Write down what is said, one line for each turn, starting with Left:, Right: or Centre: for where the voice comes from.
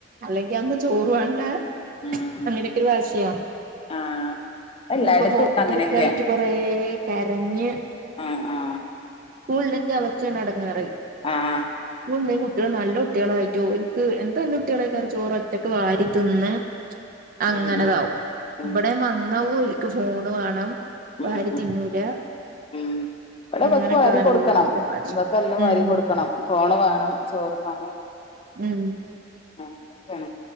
Right: അല്ലെങ്കി അന്ന് ചോറ് വാണ്ട
Left: ഉം
Right: അങ്ങനൊക്കെ ഒര് വാശിയാ
Left: ആഹ് എല്ലായിടത്തും
Right: ഇന്നിപ്പോ ഫോൺ
Left: ഉണ്ട് അങ്ങനെയൊക്കെ
Right: കൊടുക്കായിട്ട് കൊറേ ക്കെരഞ്ഞ്
Left: ആ ആ
Right: സ്കൂൾല്ലെങ്കി അതൊക്കെണ് എടങ്ങേറ്.
Left: ആഹ്
Right: സ്കൂൾണ്ടെങ്കി കുട്ടികൾ നല്ല കുട്ടികളായിട്ടോരിക്ക് എന്ത് നല്ല കുട്ടികളായിട്ടാണ് ചോറ് ഒറ്റക്ക് വാരി തിന്ന. അങ്ങനെതാവും
Left: ഉം ഉം ഉം
Right: ഇവിടേം വന്നാവൂ ക്ക് ഫോണ് വേണം
Left: ഉം
Right: വാരിത്തിന്നൂല
Left: ഉം ഉം ഇവിടെ
Right: അങ്ങനെയൊക്കെ
Left: ഇവക്ക് വാരി
Right: നല്ല
Left: കൊടുക്കണം
Right: വാശി.
Left: ഇവക്ക് എല്ലാം
Right: ഉം
Left: വാരി കൊടുക്കണം ഫോണ് വേണം ചോറ്ന്നാന്
Right: ഉം
Left: അങ്ങനൊക്കെയാണ്